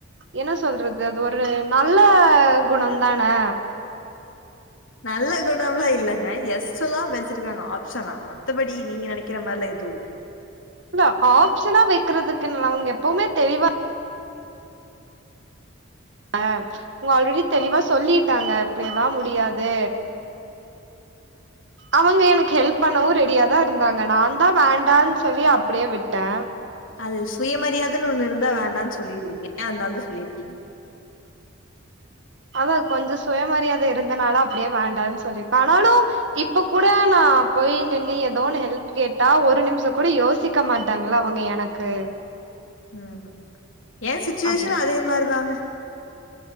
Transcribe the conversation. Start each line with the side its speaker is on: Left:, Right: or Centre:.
Right: என்ன சொல்றது அது ஒரு நல்ல குணந்தானே
Left: நல்ல குணம்ல்லா இல்லங்க எஸ்ட்ல்லா வச்சிருக்காங்க ஆப்ஷனா மத்தபடி நீங்க நெனைக்கிற மார்ல்லா எது இல்ல
Right: இல்ல ஆப்ஷனா வைக்கிறதுக்கு நா அவங்க எப்வுமே தெளிவா ஆ உங்க ஆல்ரெடி தெளிவா சொல்லிட்டாங்க அப்டியெல்லா முடியாது அவங்க எனக்கு ஹெல்ப் பண்ணவு ரெடியா தா இருந்தாங்க நாதா வேண்டான் சொல்லி அப்டியே விட்டே
Left: அது சுயமரியாதன் ஒண்ணு இருந்தா வேண்டான் சொல்லிருவீங்க அதனாலதா சொல்லிருக்கீங்க
Right: அதா கொஞ்சோ சுயமரியாதை இருந்தனால அப்டியே வேண்டான் சொல்லியிருப்பே ஆனாலு இப்ப கூட நா போய் நின்னு எதோன்னு ஹெல்ப் கேட்டா ஒரு நிமிஷம் கூட யோசிக்க மாட்டாங்ள அவுங்க எனக்கு
Left: ம் ஏ சிச்சுஏஷன்
Right: அப்டி
Left: அதேமார் தாங்க